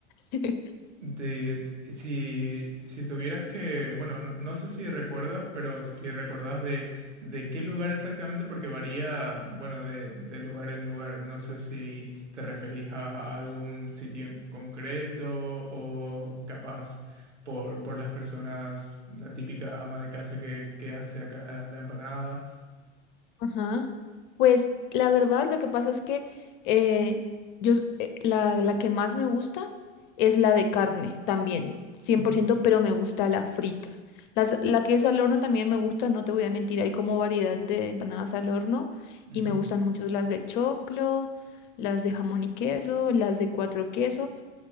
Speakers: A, on the left; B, on the right.
A: <laughs>
B: De, si, si tuvieras que, bueno, no, no sé si recuerdas, pero si recordás de, de qué lugar exactamente, porque varía, bueno, de, de lugar en lugar. No sé si te referís a algún sitio en concreto o capaz por, por las personas, la típica ama de casa que, que hace acá la empanada.
A: Ajá. Pues la verdad, lo que pasa es que eh, yo s- eh, la, la que más me gusta es la de carne también, cien
B: Ujú,
A: por ciento, pero me gusta la frita. Las, la que es al horno también me gusta, no te voy a mentir, hay como variedad de empanadas al horno
B: ujú.
A: y me gustan mucho las de choclo, las de jamón y queso, las de cuatro queso.